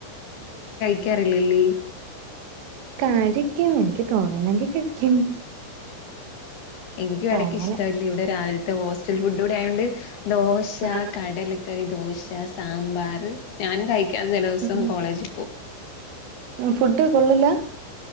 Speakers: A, on the left; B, on the right.
A: ക്കാറില്ലല്ലേ
B: ആയിരിക്കും ഇൻക്ക് തോന്നുന്നെങ്കി കഴിക്കും
A: എനിക്കും ഇടയ്ക്ക്
B: അങ്ങനെ
A: ഇഷ്ടവില്ല ഇവിടെ രാവിൽ ത്തെ ഹോസ്റ്റൽ ഫുഡ് കൂടെയായോണ്ട് ദോശ
B: ആ
A: കടലക്കറി ദോശ സാമ്പാർ ഞാനും കഴി ക്കാതെ ചെല ദിവസം
B: ഉം
A: കോളേജിൽ പോവും
B: ഫുഡ് കൊള്ളില്ലാ